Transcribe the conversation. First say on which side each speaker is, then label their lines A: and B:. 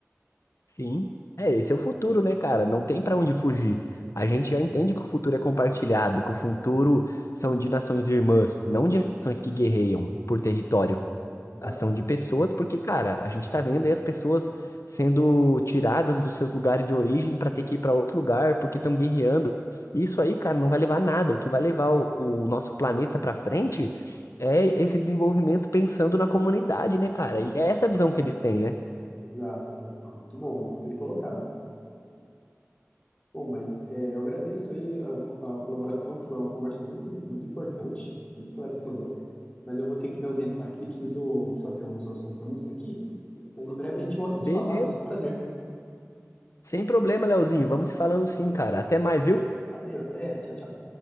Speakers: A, on the left; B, on the left.
A: Sim, É, esse é o futuro, né, cara? Não tem pra onde fugir. A gente já entende que o futuro é compartilhado, que o futuro são de nações irmãs, não de nações que guerreiam por território.
B: Exato.
A: ação de pessoas, porque, cara, a gente tá vendo aí as pessoas sendo tiradas dos seus lugares de origem para ter que ir para outro lugar porque estão guerreando. Isso aí, cara, não vai levar a nada. O que vai levar o, o nosso planeta para frente é esse desenvolvimento pensando na comunidade, né, cara? E é essa a visão que eles têm, né?
B: Exato, exato. Muito bom, muito bem colocado. Bom, mas é, eu agradeço aí a, a colaboração, foi uma conversa muito, muito importante, muito esclarecedora, mas eu vou ter que me ausentar aqui, preciso fazer uns outros compromissos aqui, mas em breve a gente volta a se
A: Beleza.
B: falar, vai ser um prazer.
A: Sem problema, Leozinho. Vamos se falando sim, cara. Até mais, viu?
B: Valeu, até, tchau, tchau.